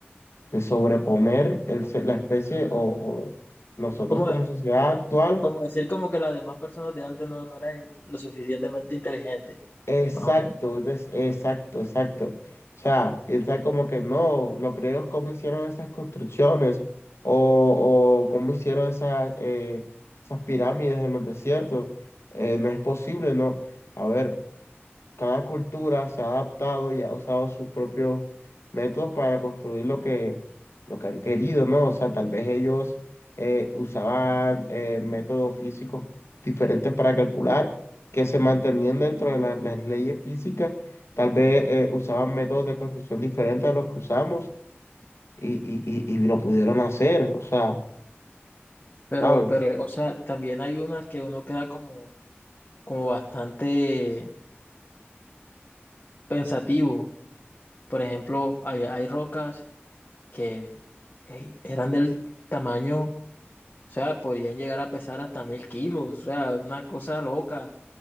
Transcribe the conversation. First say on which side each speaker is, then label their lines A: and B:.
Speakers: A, on the left; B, on the left.
A: de sobreponer el, se- la especie o, o nosotros
B: Como,
A: como sociedad actual
B: Como decir como que las demás personas de antes no, no eran lo suficientemente inteligentes,
A: Exacto,
B: más o menos.
A: des- exacto, exacto. O sea, piensa como que no, los griegos cómo hicieron esas construcciones o, o cómo hicieron esas, eh, esas pirámides en los desiertos. Eh, no es posible, ¿no? A ver, cada cultura se ha adaptado y ha usado sus propios métodos para construir lo que, lo que han querido, ¿no? O sea, tal vez ellos eh, usaban eh, métodos físicos diferentes para calcular que se mantenían dentro de la- las leyes físicas, tal vez eh, usaban métodos de construcción diferentes a los que usamos y, y, y, y lo pudieron hacer, o sea,
B: Pero,
A: ¿sabes?
B: pero, o sea, también hay unas que uno queda como, como bastante pensativo. Por ejemplo, hay, hay rocas que eh, eran del tamaño, o sea, podían llegar a pesar hasta mil kilos, o sea, era una cosa loca.